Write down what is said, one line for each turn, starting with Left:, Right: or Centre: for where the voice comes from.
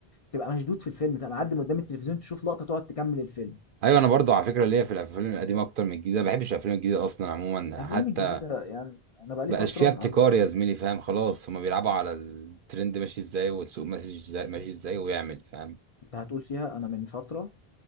Left: تبقى مشدود في الفيلم تبقى معدي من قدام التلفزيون تشوف لقطه تقعد تكمل الفيلم
Right: ايوه انا برضه على فكرة ليا في الافلام القديمة اكتر من الجديدة ما بحبش الافلام الجديدة اصلا عموما
Left: الافلام
Right: حتى
Left: الجديده يعني انا بقى لي
Right: بقاش
Left: فتره
Right: فيها ابتكار
Left: عايز أقول-
Right: يا زميلي فاهم خلاص هما بيلعبوا على الترند ماشي ازاي والسوق ماشي ازاي ماشي ازاي ويعمل فاهم
Left: انت هتقول فيها انا من فتره